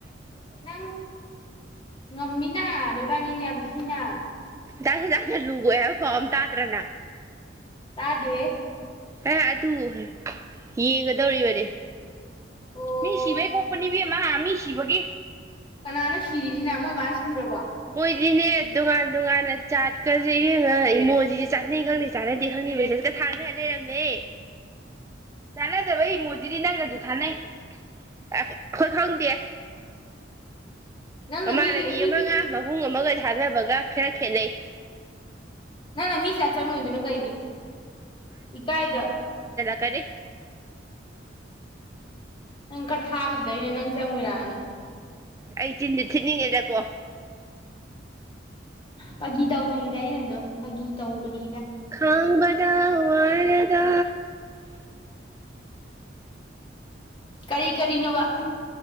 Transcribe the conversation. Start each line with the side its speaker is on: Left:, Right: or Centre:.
Left: ꯅꯪ ꯉꯝꯃꯤꯅꯅ ꯄꯅꯤ ꯌꯥꯝ ꯁꯤꯅ
Right: ꯆꯥꯁꯦ ꯇꯅ ꯂꯨꯒꯦꯕ ꯄꯥꯎꯝ ꯇꯥꯗ꯭ꯔꯅ
Left: ꯇꯥꯗꯦ
Right: ꯑ ꯑꯗꯨ ꯌꯦꯡꯒꯗꯧꯔꯤꯕꯅꯦ
Left: ꯑꯣ
Right: ꯃꯤ ꯁꯤꯕꯥꯏ ꯀꯣꯈꯅꯤꯕꯤꯃ ꯁꯤꯕꯥꯒꯦ
Left: ꯀꯅꯥꯅꯣ ꯁꯤꯔꯤꯁꯤꯅ ꯃꯣꯏ ꯃꯥ ꯁꯤꯔꯕꯣ
Right: ꯏꯅꯦ ꯣꯉꯥꯟ ꯇꯣꯉꯥꯟꯅ ꯆꯥꯠꯀꯁꯦ ꯏꯉ ꯏꯃꯣꯖꯤꯁꯨ ꯆꯥꯅꯩ ꯈꯪꯗꯦ ꯆꯥꯟꯅꯗꯦ ꯈꯪꯗꯦ ꯃꯁꯠꯀ ꯊꯥꯅ ꯂꯩꯔꯝꯃꯦ ꯆꯥꯟꯅꯗꯕ ꯏꯃꯣꯖꯤꯗꯤ ꯅꯪꯒꯁꯨ ꯊꯥꯅꯩ ꯑ ꯈꯣꯏ ꯈꯥꯎꯪ ꯗꯦ
Left: ꯅꯪꯅ
Right: ꯃꯃꯥꯟꯅꯕꯤ
Left: ꯃꯤꯒꯤ ꯃꯤꯒꯤ
Right: ꯑꯃꯒ ꯃꯕꯨꯡ ꯑꯃꯒ ꯊꯅ ꯒ ꯈꯦꯔ ꯈꯦꯅꯩ
Left: ꯅꯪ ꯅ ꯃꯤꯁꯦ ꯆꯪꯉꯣꯏꯗꯣꯏꯅꯣ ꯀꯩꯒꯤ ꯏꯀꯥꯏꯗ꯭ꯔꯥ
Right: ꯀꯦ
Left: ꯅꯪ ꯀ ꯊꯥꯕꯗꯨꯗꯩꯅꯦ ꯅꯪ ꯆꯪꯉꯔꯛꯅ
Right: ꯑꯩ ꯆꯤꯟꯗꯤ ꯊ ꯃꯤꯉꯦꯗꯀꯣ
Left: ꯐꯥꯒꯤ ꯇꯧꯕꯅꯤꯗ ꯑꯩꯅ ꯑꯗꯨꯝ ꯐꯥꯒꯤ ꯇꯧꯕꯅꯤ
Right: ꯈꯥꯡꯕꯗ ꯋꯥꯔꯗ
Left: ꯀꯔꯤ ꯀꯔꯤꯅꯣꯕ ꯎꯝ